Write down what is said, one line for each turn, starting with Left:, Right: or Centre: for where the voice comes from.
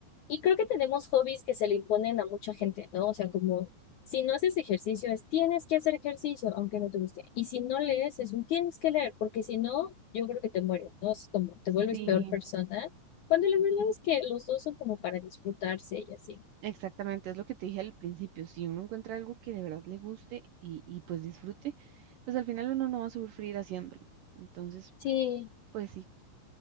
Left: Y creo que tenemos hobbies que se le imponen a mucha gente, ¿no? O sea, como si no haces ejercicio, es tienes que hacer ejercicio, aunque no te guste. Y si no lees, es un tienes que leer, porque si no, yo creo que te mueres, ¿no? Es como te vuelves
Right: Sí,
Left: peor persona, cuando la verdad es que los dos son como para disfrutarse y así.
Right: Exactamente, es lo que te dije al principio, si uno encuentra algo que de verdad le guste y, y pues disfrute, pues al final uno no va a sufrir haciéndolo. Entonces,
Left: Sí,
Right: pues sí.